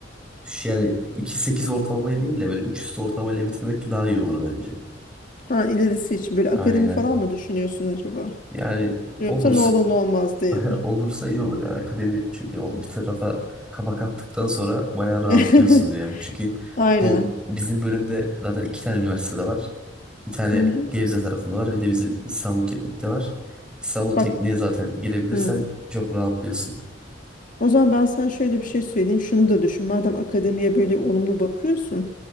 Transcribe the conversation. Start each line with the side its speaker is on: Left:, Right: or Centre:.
Centre: Yani iki sekiz ortalamayı değil de böyle 3 üstü ortalamayla bitirmek daha iyi olur bence.
Left: Ha ilerisi için böyle akademi
Centre: Aynen.
Left: falan mı düşünüyorsun acaba?
Centre: Yani
Left: Yoksa
Centre: olursa
Left: ne olur ne olmaz diye
Centre: <laughs>
Left: mi?
Centre: olursa iyi olur ya. Akademi çünkü o bir tarafa kapak attıktan sonra bayağı rahatlıyorsun
Left: <laughs>
Centre: ya. Çünkü
Left: Aynen.
Centre: bu bizim bölümde zaten iki tane üniversitede var. Bir tane
Left: Hı hı.
Centre: Gebze tarafında var. Bir de bizim İstanbul Teknik'te var. İstanbul
Left: Bak.
Centre: Teknik'e zaten girebilirsen
Left: hı.
Centre: çok rahatlıyorsun.
Left: O zaman ben sana şöyle bir şey söyleyeyim. Şunu da düşün. Madem akademiye böyle olumlu bakıyorsun.